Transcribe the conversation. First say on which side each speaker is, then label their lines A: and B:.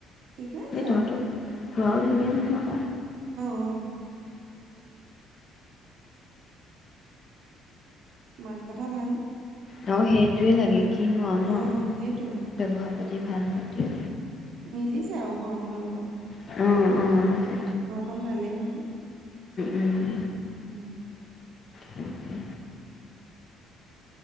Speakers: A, on the right; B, on the left.
A: ঠিকে আছে
B: এই তহঁতক খোৱাও ধুনীয়া নলাবা
A: উম মাত কথা ভাল
B: আৰু সেইটোৱে লাগে কিনো আ ন
A: অ সেইটোৱে
B: ব্যৱহাৰ বুলি দ ভাল মতে
A: মিলিছে আৰু ঘৰখনৰ লগত
B: অঁ
A: অকন ভালেই নহয়
B: উম,
A: উম
B: তাকে